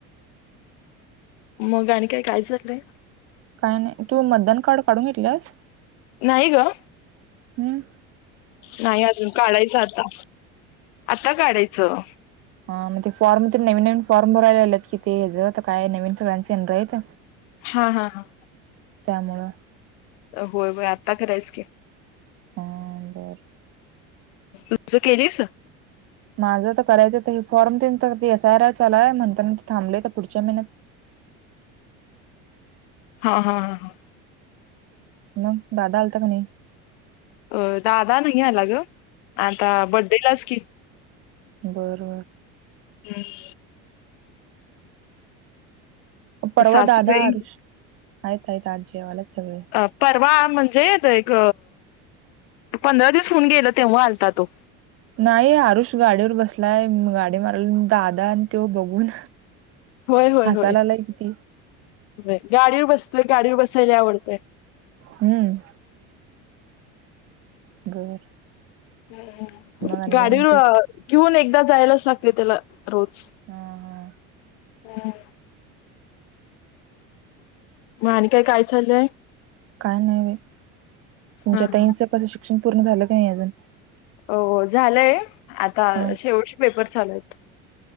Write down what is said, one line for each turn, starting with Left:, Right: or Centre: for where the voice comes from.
Left: मग आणि काय काय झाललंय
Right: काय नाही तू मतदान कार्ड काढून घेतलंस
Left: नाहीय ग
Right: हम्म
Left: नाही अजून काढायचं आता आता काढायचं
Right: ह मग ते फॉर्म तर नवीन नवीन फॉर्म भरायला आलेत कि ते हजं तर काय नवीन सगळ्यांचे ये रा आहेत
Left: हा हा ह
Right: त्यामुळं
Left: होय बाई आत्ता करायच की
Right: अ बरं
Left: तुज केलीस
Right: माझं त करायचं तर हे फॉर्म तेन तर एस आर आय चालूय म्हणताना ते थांबलंय आता पुढच्या महिन्यात
Left: हा हा हा हा.
Right: मग दादा आलता का नाही?
Left: अ दादा नाही आला ग आता बड्डेलाच कि
Right: बरं बर
Left: हम्म
Right: परवा
Left: सासूबाई
Right: दादा अरुष आहेत आहेत आत जेवाल्यात सगळे
Left: अ परवा म्हणजे देग पंधरा दिवस होऊन गेल तेव्हा आलता त्यो
Right: नाही आरुष गाडीवर बसलाय म गाडी मारल दादा आण त्यो बघून
Left: होय होय
Right: हसायला
Left: होय
Right: आलाय किती
Left: होय गाडीवर बसतोय गाडीवर बसाय लय आवडतय.
Right: हम्म बर
Left: हम्म हम्म
Right: मग आणि
Left: गाडीवर
Right: काय म्हणतेस
Left: घेऊन एकदा जायलाच लागतय त्याला रोज
Right: हा हा
Left: हम्म म आणि काय काय चालंय
Right: काय नाही बाई तुमच्या
Left: हा
Right: ताईनच
Left: हा.
Right: पण शिक्षण पूर्ण झालं की नाही अजून
Left: हो झालंय आता
Right: हा
Left: शेवटचे पेपर चालूयत.